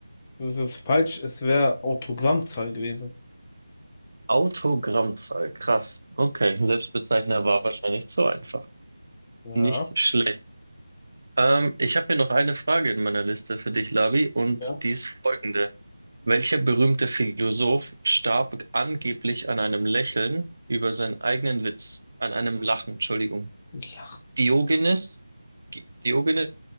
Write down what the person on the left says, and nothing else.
Das ist falsch, es wäre Autogrammzahl gewesen.
Ja,
ja.
Ich